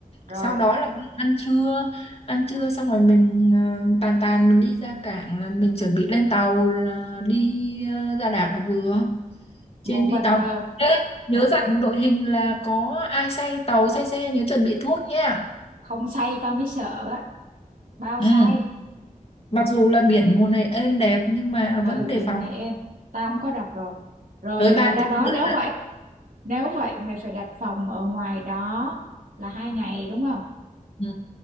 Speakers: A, on the right; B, on the left.
A: rồi
B: sau đó là đi ăn trưa ăn trưa xong rồi mình ờ, tàn tàn mình đi ra cảng là mình chuẩn bị lên tàu là đi ờ, ra đảo là vừa trên
A: ngủ vật
B: đi tàu
A: vờ
B: Ê, nhớ
A: ngủ
B: dặn đội hình là có ai say tàu say xe nhớ chuẩn bị thuốc nha
A: không say tao mới sợ á bao
B: ừ.
A: say
B: mặc dù là biển mùa này êm đẹp nhưng mà
A: ừ
B: vẫn đề
A: biển
B: phòng
A: mùa này em tao cũng có đọc rồi rồi
B: tới
A: à,
B: 3
A: ra
B: tiếng
A: đó
B: rưỡi
A: nếu
B: ạ
A: vậy nếu vậy mày phải đặt phòng ở ngoài đó là hai ngày đúng không
B: ừ.